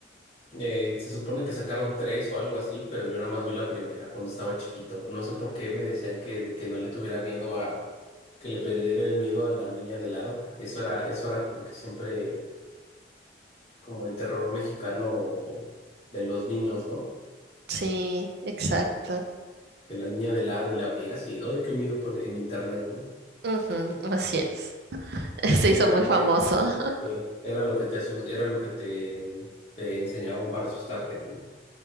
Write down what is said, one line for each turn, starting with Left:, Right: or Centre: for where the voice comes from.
Left: Eh, se supone que sacaron tres o algo así, pero yo nada más vi la primera cuando estaba chiquito. No sé por qué me decían que, que no le tuviera miedo a, que le perdiera el miedo a la niña del aro, porque eso era, eso era como que siempre, como el terror mexicano de los niños, ¿no?
Right: Sí, exacto.
Left: Que la niña del aro y la veías y, ¡ay, qué miedo! por- en internet, ¿no?
Right: Ujú, así es. <laughs> Se hizo
Left: Era
Right: muy
Left: lo
Right: famoso.
Left: que,
Right: <laughs>
Left: eh, era lo que te, asus- era lo que te, te enseñaban para asustarte, ¿no?